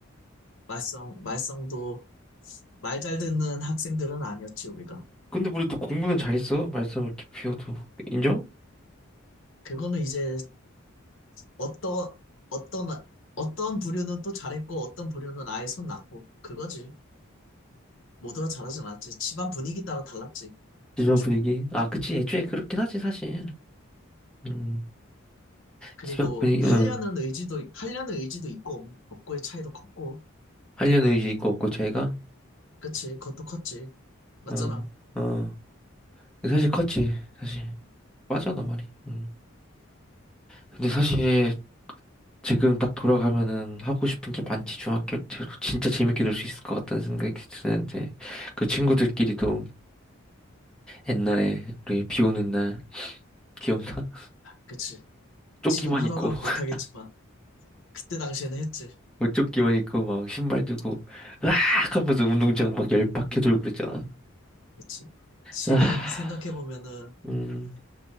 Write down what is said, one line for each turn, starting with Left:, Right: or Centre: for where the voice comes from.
Left: 말썽, 말썽도 말 잘 듣는 학생들은 아니었지, 우리가.
Centre: 근데 우리 또 공부는 잘했어. 말썽을 이렇게 피워도 인정?
Left: 그거는 이제 어떤, 어떤, 어떤 부류는 또 잘했고, 어떤 부류는 아예 손 났고. 그거지. 모두가 잘하진 않았지. 집안 분위기 따라 달랐지,
Centre: 집안
Left: 애초에.
Centre: 분위기. 아, 그치. 애초에 그렇긴 하지 사실. 음.
Left: 그리고
Centre: 집안 분위기.
Left: 하려는
Centre: 응.
Left: 의지도 하려는 의지도 있고 없- 고의 차이도 컸고
Centre: 하려는 의지 있고 없고 저희가.
Left: 그치 그것도 컸지 맞잖아
Centre: 어. 어. 사실 컸지. 사실. 빠져나 말이. 음. 근데 사실. 지금 딱 돌아가면은 하고 싶은 게 많지,
Left: 응응응아
Centre: 중학교 때로. 진짜 재밌게 놀 수 있을 것 같다는 생각이 드는데, 그 친구들끼리도 옛날에 우리 비 오는 날, 기억나? <laughs>
Left: 그치
Centre: 조끼만
Left: 지금 하라고
Centre: 입고,
Left: 하면
Centre: <laughs>
Left: 못하겠지만 그때 당시에는 했지
Centre: 옷조끼만 입고, 막 신발 들고, 으악! 하면서 운동장 막 열 박해 돌고 그랬잖아.
Left: 그치 지금
Centre: 아,
Left: 생각해 보면은
Centre: 음,